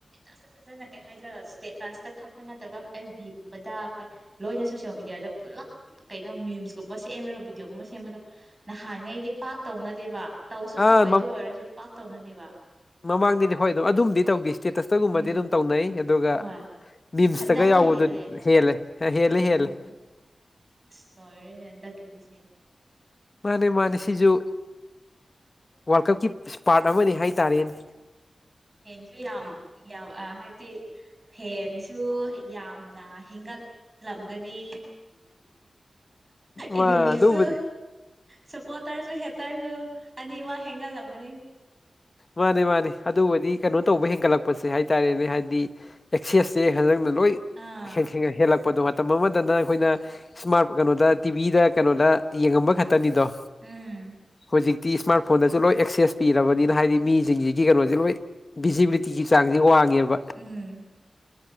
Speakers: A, on the right; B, on the left.
A: ꯑꯁ ꯐꯖꯅ ꯀꯩ ꯍꯥꯏꯗ꯭ꯔꯒ ꯁ꯭ꯇꯦꯇꯁꯇ ꯈꯛꯇ ꯅꯠꯇꯕ ꯑꯦꯐ ꯕꯤꯒꯨꯝꯕꯗ ꯂꯣꯏꯅ ꯁꯣꯁꯤꯜ ꯃꯦꯗꯤꯌꯥꯗ ꯄꯨꯜꯂꯞ ꯀꯩꯅꯣ ꯃꯤꯝꯁꯀꯨꯝꯕ ꯁꯦꯝꯔꯒ ꯚꯗꯤꯑꯣꯒꯨꯝꯕ ꯁꯦꯝꯕꯗꯣ ꯅꯍꯥꯟꯉꯩꯗꯤ ꯄꯥꯛ ꯇꯧꯅꯗꯦꯕ ꯇꯧꯁꯨ
B: ꯑꯥ
A: ꯇꯧꯋꯦꯗꯣ ꯑꯣꯏꯔꯁꯨ ꯄꯥꯛ ꯇꯧꯅꯗꯦꯕ
B: ꯃꯃꯥꯡꯗꯗꯤ ꯍꯣꯏ ꯑꯗꯨꯝ ꯑꯗꯨꯝꯗꯤ ꯇꯧꯗ ꯏꯁꯇꯦꯇꯁꯇꯒꯨꯝꯕꯗꯤ
A: ꯎꯝ
B: ꯑꯗꯨꯝ ꯇꯧꯅꯩ ꯑꯗꯨꯒ ꯑꯗꯨꯒ
A: ꯍꯣꯏ
B: ꯝꯁꯇꯒ
A: ꯍꯟꯗꯛꯅ
B: ꯌꯥꯎꯕꯗꯨꯗꯤ
A: ꯍꯦꯜꯂꯦ
B: ꯍꯦꯜꯂꯦ ꯍꯦꯜꯂꯦ ꯍꯦꯜꯂꯦ
A: ꯎꯝ ꯑꯁ ꯂꯋꯦꯅꯦꯦꯟꯟꯗꯥꯛ ꯀꯀꯗꯁꯤꯦ
B: ꯃꯥꯅꯦ ꯃꯥꯅꯦ ꯁꯤꯁꯨ ꯋꯥꯔꯜ ꯀꯞꯀꯤ ꯏꯁꯄꯥꯔꯠ ꯑꯃꯅꯤꯅꯦ ꯍꯥꯏꯇꯥꯔꯦꯅꯦ
A: ꯐꯦꯟꯁꯨ ꯌꯥꯝ ꯍꯥꯏꯕꯗꯤ ꯐꯦꯟꯁꯨ ꯌꯥꯝꯅ ꯍꯦꯟꯒꯠꯂꯝꯒꯅꯤ
B: ꯃꯥ
A: ꯏꯅꯤꯃꯤꯁꯨ
B: ꯑꯗꯨꯕꯨ
A: ꯁꯄꯣꯇꯥꯔꯁꯨ ꯍꯦꯛꯇꯔꯁꯨ ꯑꯅꯤ ꯋꯥ ꯍꯦꯟꯒꯜꯂꯝꯒꯅꯤ
B: ꯃꯥꯅꯦ ꯃꯥꯅꯦ ꯑꯗꯨꯕꯨꯗꯤ ꯀꯩꯅꯣ ꯇꯧꯕ ꯍꯦꯟꯒꯠꯂꯛꯄꯁꯦ ꯍꯥꯏꯇꯥꯔꯦꯅꯦ ꯍꯥꯏꯗꯤ ꯑꯦꯛꯁꯦꯁꯁꯦ ꯍꯟꯛ ꯂꯣꯏ
A: ꯑꯥ
B: ꯍ ꯍꯦꯜꯂꯛꯄ ꯑꯄꯣꯗꯣ ꯃꯇꯝ ꯑꯃꯗꯅ ꯑꯩꯈꯣꯏꯅ ꯏꯁꯃꯥꯔꯠ ꯀꯩꯅꯣꯗ ꯇꯤꯚꯤꯗ ꯀꯩꯅꯣꯗ ꯌꯦꯡꯉꯝꯕ ꯈꯛꯇꯅꯤꯗꯣ
A: ꯎꯝ
B: ꯍꯧꯖꯤꯛꯇꯤ ꯏꯁꯃꯥꯔꯠ ꯐꯣꯟꯗꯁꯨ ꯂꯣꯏ ꯑꯦꯛꯁꯦꯁ ꯄꯤꯔꯕꯅꯤꯅ ꯍꯥꯏꯗꯤ ꯃꯤꯁꯤꯡꯁꯤꯒꯤ ꯀꯩꯅꯣꯁꯦ ꯂꯣꯏ ꯚꯖꯤꯕꯤꯂꯤꯇꯤꯒꯤ ꯆꯥꯡꯁꯦ ꯋꯥꯡꯉꯦꯕ
A: ꯎꯝ